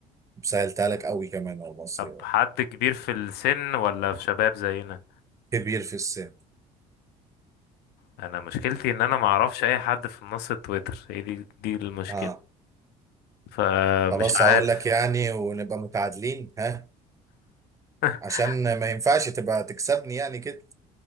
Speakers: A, on the right (about 20°); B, on the left (about 70°).
A: سهلتها لك قوي كمان هو مصري
B: طب
A: هو
B: حد كبير في السن ولا في شباب زينا
A: كبير في السن
B: انا مشكلتي ان انا ما اعرفش اي حد في منصة تويتر هي دي دي المشكلة
A: اه
B: فمش
A: خلاص
B: عارف
A: هقول لك يعني ونبقى متعادلين ها
B: <laughs>
A: عشان ما ينفعش تبقى تكسبني يعني كده